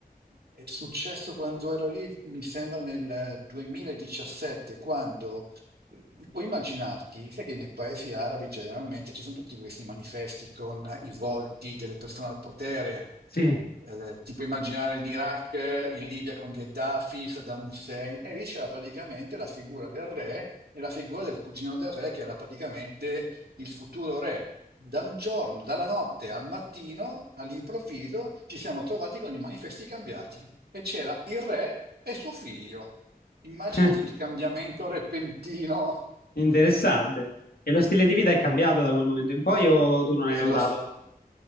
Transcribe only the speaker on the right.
È successo quando ero lì, mi sembra nel 2017, quando eh, puoi immaginarti, sai che nei paesi arabi generalmente ci sono tutti questi manifesti con i volti delle persone al potere.
Eh, ti puoi immaginare in Iraq, in Libia con Gheddafi, Saddam Hussein, e lì c'era praticamente la figura del re e la figura del cugino del re, che era praticamente il futuro re. Da un giorno, dalla notte al mattino, all'improvviso, ci siamo trovati con i manifesti cambiati e c'era il re e suo figlio. Immaginati
il cambiamento repentino.
E lo, s-